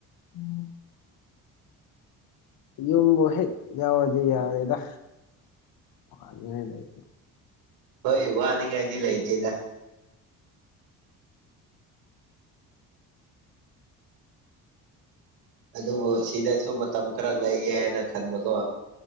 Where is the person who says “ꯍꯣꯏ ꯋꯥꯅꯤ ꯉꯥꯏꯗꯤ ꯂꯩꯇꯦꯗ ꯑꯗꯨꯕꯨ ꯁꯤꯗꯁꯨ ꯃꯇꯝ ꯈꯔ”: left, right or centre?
Right